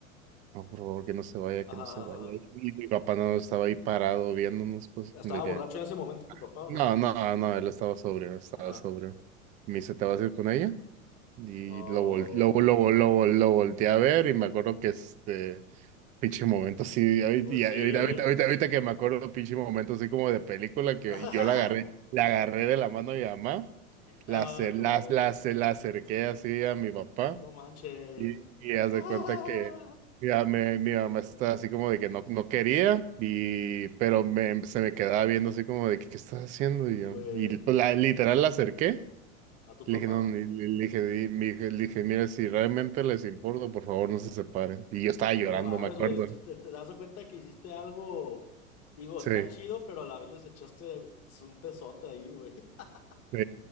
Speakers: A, on the right; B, on the left.
A: no, por favor, que no se vaya,
B: ajá,
A: que no se vaya.
B: ajá. ajá.
A: Y mi papá no estaba ahí parado viéndonos, pues,
B: ¿Estaba
A: de que...
B: borracho en ese momento tu papá o
A: No,
B: no?
A: no, no, él estaba sobrio, estaba
B: Ajá.
A: sobrio. Me dice, ¿te vas a ir con ella? Y
B: Oh,
A: lo, vol- lo, lo, lo, lo, lo volteé a ver y me acuerdo que este pinche momento así, ahorita,
B: pues
A: y
B: sí,
A: ahorita,
B: güey.
A: ahorita, ahorita- ahorita que me acuerdo, pinche momento así como de película que
B: <laughs>
A: yo la agarré, la agarré de la mano de mi mamá, la,
B: Ah,
A: acer- la,
B: no,
A: la, acer- la acerqué así a mi papá.
B: no manches.
A: Y,
B: <laughs>
A: y haz
B: Ah,
A: de cuenta que mira, me- mi mamá está así como de que no, no quería, y, pero me, se me quedaba viendo así como de que, ¿qué estás haciendo? Y,
B: Güey,
A: yo, y la, literal la acerqué.
B: a tu
A: Le
B: papá.
A: dije, no, le, le dije, "Di- mi hija", le dije, mira, si realmente les importa, por favor, no se separen. Y yo estaba llorando,
B: No mames,
A: me acuerdo.
B: güey, te, te das cuenta que hiciste algo, digo,
A: Sí,
B: está chido, pero a la vez les echaste un pesote ahí, güey, <laughs>
A: sí.